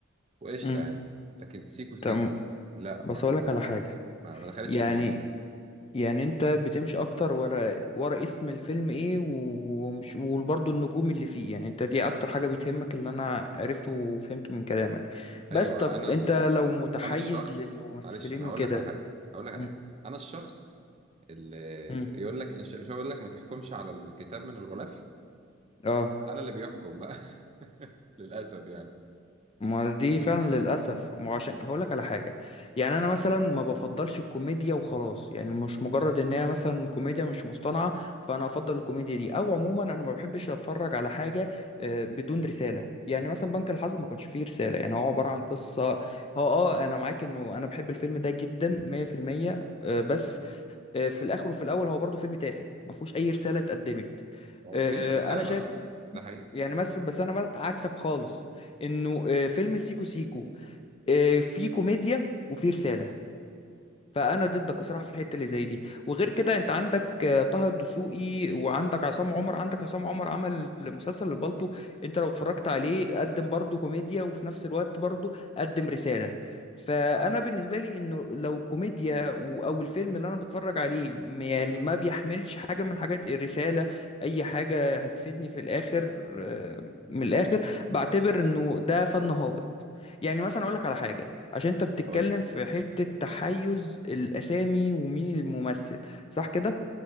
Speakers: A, on the right; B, on the left.
A: وقشطة
B: مم.
A: يعني لكن سيكو سيكو
B: تمام
A: لا
B: بس
A: ما
B: اقول لك على حاجه
A: ما, ما دخلتش
B: يعني
A: دماغي
B: يعني انت بتمشي اكتر ورا ورا اسم الفيلم ايه و- ومش وبرضه النجوم اللي فيه يعني انت دي اكتر حاجه بتهمك اللي انا عرفته وفهمته من كلامك بس
A: أيوة
B: طب
A: أنا
B: انت
A: ال...
B: لو متحيز
A: أنا الشخص
B: للممثلين
A: معلش أنا
B: وكده
A: هقول لك على حاجة هقول لك
B: مم.
A: على حاجة أنا الشخص ال-
B: مم.
A: يقول لك مش مش هو بيقول لك ما تحكمش على الكتاب من الغلاف
B: اه
A: انا اللي بيحكم بقى <laughs> للاسف يعني
B: ما دي فعلا للاسف ما هو عشان هقول لك على حاجه يعني انا مثلا ما بفضلش الكوميديا وخلاص يعني مش مجرد ان هي مثلا كوميديا مش مصطنعه فانا افضل الكوميديا دي او عموما انا ما بحبش اتفرج على حاجه آه، بدون رساله يعني مثلا بنك الحظ ما كانش فيه رساله يعني هو عباره عن قصه هو اه انا معاك انه انا بحب الفيلم ده جدا 100% آه، بس آه، في الاخر وفي الاول هو برضه فيلم تافه ما فيهوش اي رساله اتقدمت
A: هو
B: آه،
A: مفيش رساله
B: انا شايف
A: آه. ده حقيقي
B: يعني مثلا بس انا عكسك خالص انه آه، فيلم سيكو سيكو آه، فيه كوميديا وفيه رساله فانا ضدك صراحه في الحته اللي زي دي وغير كده انت عندك آه، طه الدسوقي وعندك عصام عمر عندك عصام عمر عمل مسلسل البالطو انت لو اتفرجت عليه قدم برضه كوميديا وفي نفس الوقت برضه قدم رساله فانا بالنسبه لي انه لو كوميديا و- او الفيلم اللي انا بتفرج عليه م- يعني ما بيحملش حاجه من حاجات الرساله اي حاجه هتفيدني في الاخر آه، من الاخر بعتبر انه ده فن هابط يعني مثلا اقول لك على حاجه عشان انت بتتكلم
A: قول لي.
B: في حتة تحيز الأسامي ومين الممثل صح كده